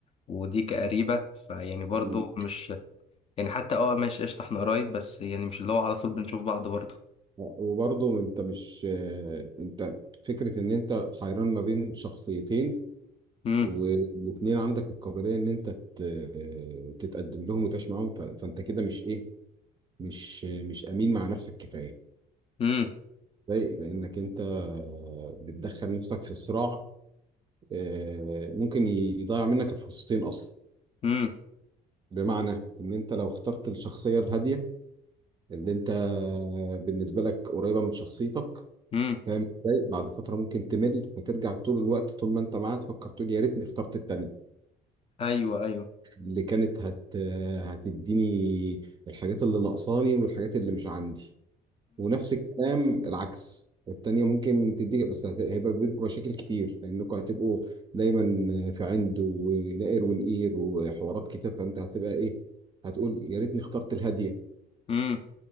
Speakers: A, on the left (about 35°); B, on the right (about 25°).
A: ودي كقريبة فيعني برضو
B: مم.
A: مش يعني حتى اه ماشي قشطة احنا قرايب بس يعني مش اللي هو على طول بنشوف بعض برضو
B: وبرضه أنت مش آه، أنت فكرة إن أنت حيران ما بين شخصيتين
A: امم
B: والاتنين عندك القابلية إن أنت ت... آه، تتقدم لهم وتعيش معاهم ف... فأنت كده مش إيه مش مش أمين مع نفسك كفاية
A: امم
B: ضايق لانك انت بتدخل نفسك في صراع آه، ممكن يضيع منك الفرصتين اصلا
A: امم
B: بمعنى ان انت لو اخترت الشخصيه الهاديه اللي انت بالنسبه لك قريبه من شخصيتك
A: امم
B: فاهم ازاي بعد فتره ممكن تمل فترجع طول الوقت طول ما انت معاها تفكر تقول يا ريتني اخترت التانيه
A: ايوه ايوه
B: اللي كانت هت هتديني الحاجات اللي ناقصاني والحاجات اللي مش عندي ونفس الكلام العكس التانية ممكن تديك بس هت- هيبقى بينكم مشاكل كتير لأنكم هتبقوا دايما في عند ونقر ونقير وحوارات كتير فأنت هتبقى إيه هتقول يا ريتني اخترت الهادية
A: امم